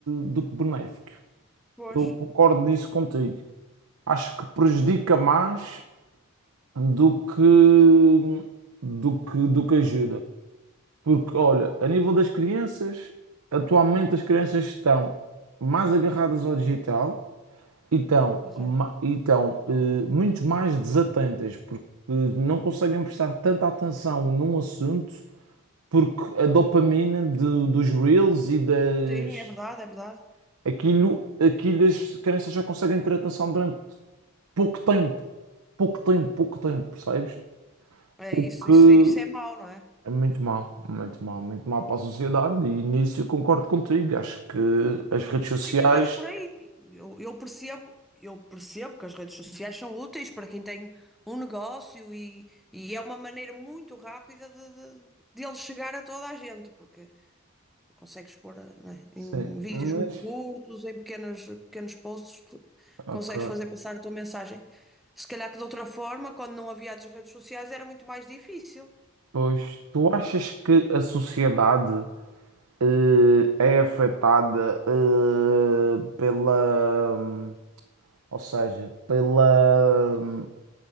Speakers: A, on the right; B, in the centre.
A: do que benéfico.
B: Pois,
A: Eu concordo nisso contigo acho que prejudica mais do que do que do que ajuda. Porque, olha, a nível das crianças, atualmente as crianças estão mais agarradas ao digital e estão,
B: pois
A: ma-
B: é.
A: e estão eh, muito mais desatentas, porque não conseguem prestar tanta atenção num assunto, porque a dopamina de- dos reels e das.
B: Sim, é verdade, é verdade.
A: Aquilo, aquilo as crianças já conseguem ter atenção durante pouco tempo. pouco tempo, pouco tempo, percebes?
B: É
A: O
B: isso,
A: que
B: isso, isso é mau, não é?
A: é muito mal muito mal muito mal para a sociedade e nisso eu concordo contigo. Acho que as redes sociais.
B: Sim, é mais por aí. Eu, eu percebo, eu percebo que as redes sociais são úteis para quem tem um negócio e, e é uma maneira muito rápida de, de, de ele chegar a toda a gente, porque Consegues pôr, eh, não é?
A: Sim,
B: Em vídeos
A: mas.
B: muito curtos, em pequenos, pequenos posts, tu
A: Ok.
B: consegues fazer passar a tua mensagem. Se calhar que de outra forma, quando não havia as redes sociais, era muito mais difícil,
A: Pois, tu achas que a sociedade eh, é afetada eh, pela. hum, Ou seja, pela. hum,